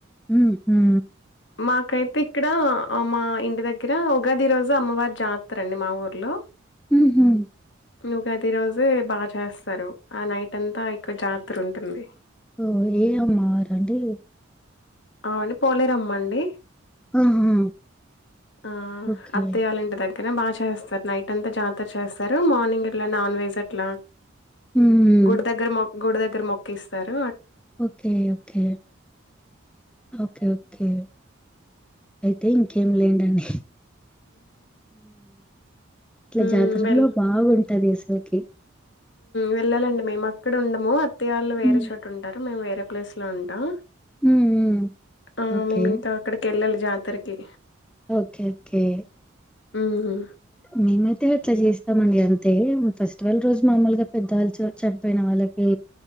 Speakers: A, in the centre; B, on the left.
A: ఉ ఉహు
B: మాకైతే ఇక్కడ మా ఇంటి దగ్గ ర ఉగాది రోజు అమ్మవారి జాతరండి మా ఊర్లో
A: ఉహు
B: ఉగాది రోజే బాగా చేస్తారు ఆ నైట్ అంతా ఇక్కువ జాతర ఉంటుంది
A: ఓ ఏ అమ్మ రండి
B: ఆ అండి పోలేరుమ్మండి
A: ఆహా!
B: ఆ
A: ఓకే.
B: అత్తయ్య వాళ్ళ ఇంటి దగ్గ ర బాగా చేస్తారు నైట్ అంతా జాతర చేస్తారు మార్నింగ్ ఇట్లా నాన్ వెజ్ అట్లా
A: హుహుమ్
B: గుడి దగ్గర మొ గుడి దగ్గర మొక్కి ఇస్తారు
A: ఓకే ఓకే ఓకే ఓకే అయితే ఇంకేం లేదండి ఇట్లా
B: హ్మ్
A: జాతర
B: వెల్
A: లో బాగుంటది అసలికి
B: వెళ్ళాలండి మేము అక్కడ ఉండము అత్త్య వాళ్ళు వేరే
A: హ్మ్.
B: చోటు ఉంటారు మేము వేరే ప్లేస్ లో ఉంటాం
A: హ్మ్. హ్మ్.
B: ఆ
A: ఓకే.
B: మేమి ఇంకా అక్కడికి వెళ్ళాలి జాతరకి
A: ఓకే ఓకే
B: హ్మ్. హ్మ్.
A: మేమే ఇగ ఇట్లా చేస్తామండి అంతే ఫెస్టివల్ రోజు మామూలుగా పేదవాళ్ళు చనిపోయిన వాళ్ళకి